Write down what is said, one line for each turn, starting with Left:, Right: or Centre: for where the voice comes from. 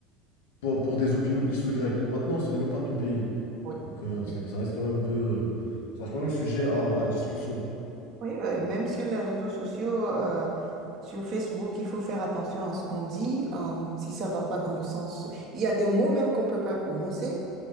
Left: pour, pour des opinions X ou Y. Maintenant, ce n'est même pas ton pays.
Right: Oui.
Left: Donc, euh, c'est que ça reste quand même un peu, euh, ça reste quand même sujet à, à discussion.
Right: Oui, ouais, même sur les réseaux sociaux, euh, sur Facebook, il faut faire attention à ce qu'on dit, euh, si ça va pas dans le sens. Il y a des mots même qu'on peut pas prononcer.